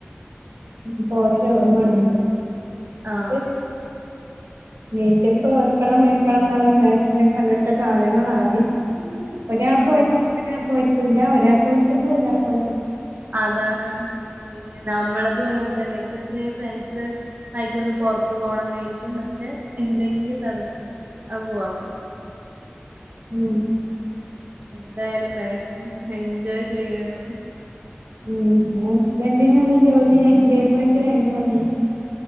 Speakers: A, on the right (about 80°); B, on the right (about 45°).
A: <unintelligible> ഓർമ്മ ഉണ്ട്
B: ആ
A: അത് മീറ്റപ്പ് വെക്കണം വെക്കണം എന്നുള്ള ഫ്രണ്ട്സിനെ കണ്ടിട്ട് കാലങ്ങളായി ഒരാൾക്ക്
B: ആഹ്
A: <unintelligible> <unintelligible> ഒരാൾക്ക് പറ്റുമ്പോ ഒരാൾക്ക് പ
B: അതാണ് ശരിയ നമ്മളതും അങ്ങനെ തന്നെ ഇപ്പ ഇത്രയും ഫ്രണ്ട്സ് ആയിട്ടൊന്ന് പുറത്തു പോണോന്നായിരിക്കും പക്ഷെ എന്തെങ്കിലും തടസമായി അ പോ വാ വറ്റ
A: ഉം
B: എന്തായാലും മാക്സിമം എൻജോയ് ചെയ്യണം
A: ഉ ഹസ്ബൻറിിന എന്താ ജോലി എൻഗേജ്മെന്റ് കഴിഞ്ഞഞ്ഞ